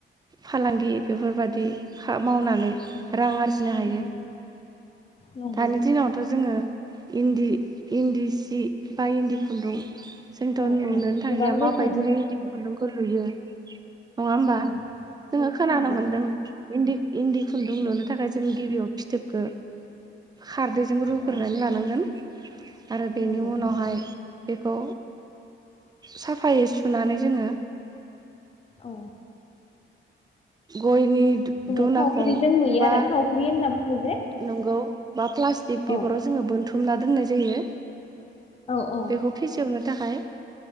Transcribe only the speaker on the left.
औ
नंगौ नंगौ
औ
औ गोबां
बेसेन
औ
औ
नंगौ
औ
नंगौ
नंगौ
औ।
जोङो थावख्रिजों लुयो
आरो थावख्रि होनना बुङो जे
औ
औ औ